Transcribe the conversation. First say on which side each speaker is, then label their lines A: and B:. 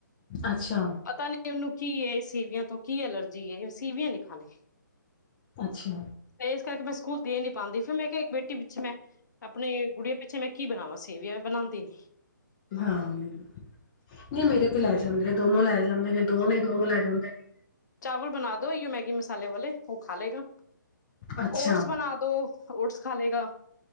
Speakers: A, on the left (about 25°); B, on the left (about 60°).
A: ਅੱਛਾ
B: ਪਤਾ ਨ ਉਹਨੂੰ ਕੀ ਹੈ ਇਹ ਸੀਵੀਆਂ ਤੋਂ ਕੀ ਐਲਰਜੀ ਜੀ ਇਹ ਸੀ ਵੀੀਏ ਲਿਖਾੇ
A: ਅੱਛਾ
B: ਤੇ ਇਸ ਕਰਕੇ ਮੈਂ ਸਕੂਲ ਦੇ ਨੀ ਪਾਉਂਦੀ ਫਿਰ ਮੈਂ ਕਿਹਾ ਇੱਕ ਬੇਟੀ ਪਿੱਛੇ ਮੈਂ ਆਪਣੇ ਕੁੜੀੀਆਂ ਪਿੱਛੇ ਮੈਂ ਕੀ ਬਣਾਵਾਾਂ ਸੀ ਵੀ ਮ ਬਣਾਉਂਦੀ ਨ
A: ਹਾਂ ਨਹੀਂ ਮੇਰੇ ਤੇ ਲੈ ਜਾਂਦੇ ਨੇ ਦੋਨੋ ਲੈ ਜਾਂਦੇ ਨੇ ਦੋ ਨੇ ਦੋਨੋ ਲੈ ਜਾਂਦੇ ਨੇ
B: ਚਾਵਲ ਬਣਾ ਦੋ ਮੈਗੀ ਮਸਾਲੇ ਵਾਲੇ ਉਹ ਖਾ ਲਏਗਾ
A: ਅੱਛਾ
B: ਓਟਸ ਬਣਾ ਦੋ ਓਟਸ ਖਾ ਲਗਾ